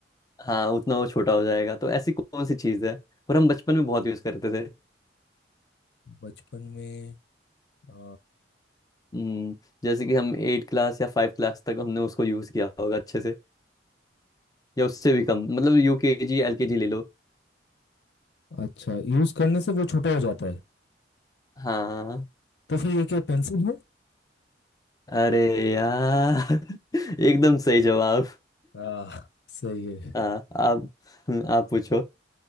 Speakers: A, on the left (about 20°); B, on the left (about 65°).
A: हाँ उतना वो छोटा हो जाएगा तो ऐसी कौन सी चीज़ है और हम बचपन में बहुत यूज़ करते थे
B: बचपन में आ,
A: हम्म, जैसे कि हम एट क्लास या फाइव क्लास तक हमने उसको यूज़ किया होगा अच्छे से या उससे भी कम मतलब U K G L K G ले लो
B: अच्छा यूज करने से वो छोटा हो जाता है
A: हाँ
B: तो फिर ये क्या पेंसिल है
A: अरे यार <laughs> एकदम सही जवाब
B: आ, सही है
A: हाँ आप हम्म, आप पूछो